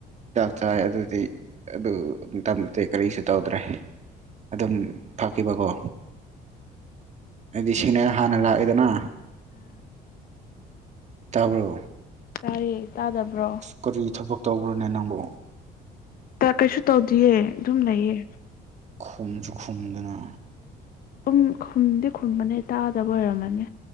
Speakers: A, on the right; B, on the left.
A: ꯍꯤꯗꯥꯛ ꯆꯥꯏ ꯑꯗꯨꯗꯤ ꯑꯗꯨ ꯃꯇꯝꯗꯨꯗꯤ ꯀꯔꯤꯁꯨ ꯇꯧꯗ꯭ꯔꯦ ꯑꯗꯨꯝ ꯐꯈꯤꯕꯀꯣ ꯍꯥꯏꯗꯤ ꯁꯤꯅꯦ ꯍꯥꯟꯅ ꯂꯥꯛꯏꯦꯗꯅ
B: <inaudible>
A: ꯇꯥꯕ꯭ꯔꯣ
B: ꯇꯥꯢꯌꯦ ꯇꯥꯗꯕ꯭ꯔꯣ
A: ꯑꯁ ꯀꯔꯤ ꯊꯕꯛ ꯇꯧꯕ꯭ꯔꯣꯅꯦ ꯅꯪꯕꯣ
B: ꯊꯥ ꯀꯩꯁꯨ ꯇꯧꯗꯤꯌꯦ ꯑꯗꯨꯝ ꯂꯩꯌꯦ
A: ꯈꯨꯝꯁꯨ ꯈꯨꯝꯗꯅ
B: ꯨꯈꯨꯝ ꯈꯨꯝꯗꯤ ꯈꯨꯝꯕꯅꯦ ꯇꯥꯗꯕ ꯑꯣꯏꯔꯝꯃꯅꯤ